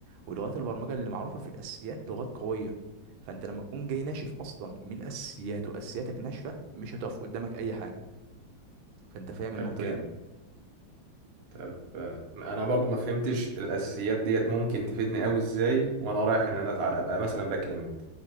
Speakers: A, on the right; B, on the right.
A: ولغات البرمجة اللي معروفة في الاساسيات لغات قوية فانت لما تكون جاي ناشف اصلا من الاساسيات واساسياتك ناشفة مش هتقف قدامك اي حاجة فانت فاهم
B: طب
A: النقطة
B: جامد
A: دي
B: طب آه، انا برضو ما فهمتش الاساسيات ديت ممكن تفيدني قوي ازاي وانا رايح ان انا أتع- ابقى مثلا باك اند